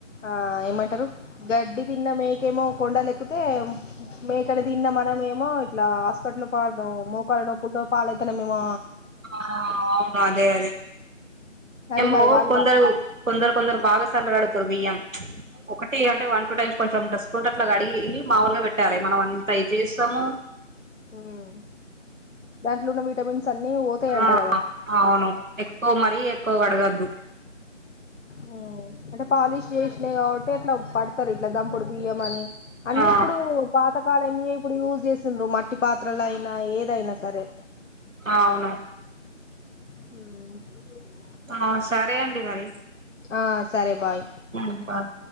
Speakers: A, on the left; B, on the right.
A: ఆ ఏమంటారు గడ్డి తిన్న మేకేమో కొండలేక్కితే మేకని తిన్న మనిషేమో ఇట్లా దొడ్లపాలు మోకాల నొప్పులతోటి పాలైతన్నాం మేము
B: ఆ అ అవును అదే అదే
A: అదే
B: అమ్ము
A: మరి వాళ్ళు
B: కొందరు కొందరు బాగ సన్నగా అడుగు తర్ బియ్యం ఒకటి అంటే వన్ టూ టైమ్స్ కొంచెం ఇట్లా స్కూటప్ ల కడిగి మాముూలుగా పెట్టాలే మనం అంత ఇది చేస్తాము
A: మ్మ్ దాంట్లున్న విటమిన్స్ అన్ని పోతాయంట
B: ఆ
A: కదా
B: అవును ఏక్కువ్ మరి ఎక్కువ కడుగొద్దు
A: మ్ అంటే పాలిష్ చేస్ లేదు కాబట్టి అట్లా పడుతారు ఇట్లా గంపుడు బియ్యం అని అన్ని
B: ఆ
A: ఇప్పుడు పాతకాలం యే ఇప్పుడు యూస్ చెస్ సస్తుండ్రు మట్టి పాత్రలైనా ఏదైనా సరే
B: అవును
A: మ్మ్
B: ఆ సరే అండి మరి
A: ఆ సరే బాయ్
B: మ్మ్ బాయ్